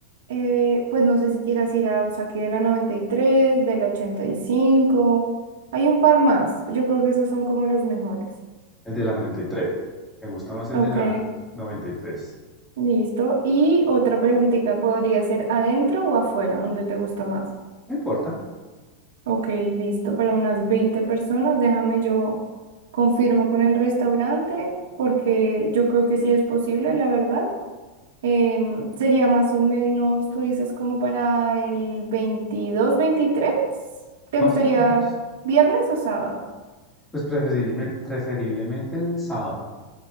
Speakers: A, on the right (about 80°); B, in the centre.
A: eh, pues no sé si quieras ir a Osaki de la 93, de la 85, hay un par más, yo creo que esos son como los mejores.
B: El de la 93. Me gusta más el
A: Ok,
B: de la 93.
A: listo. Y otra preguntita, ¿podría ser adentro o afuera? ¿Dónde te gusta más?
B: No importa,
A: Ok, listo, para unas 20 personas, déjame yo confirmo con el restaurante, porque yo creo que sí es posible, la verdad. Em, sería más o menos, tú dices, como para el 22, 23. ¿Te
B: más
A: gustaría
B: o menos.
A: viernes o sábado?
B: Pues preferiblemente, preferiblemente el sábado.